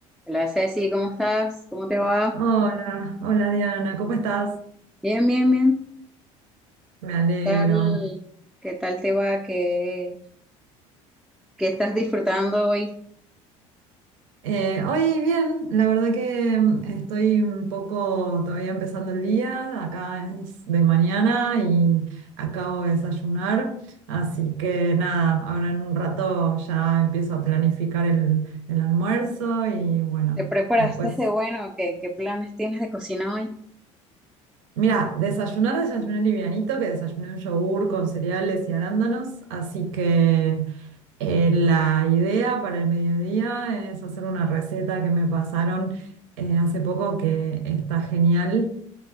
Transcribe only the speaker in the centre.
Hola Ceci, ¿cómo estás? ¿Cómo te va?
Bien, bien, bien.
¿Qué tal, qué tal te va? ¿Qué, qué estás disfrutando hoy?
¿Te preparaste
de bueno? ¿Qué, qué planes tienes de cocina hoy?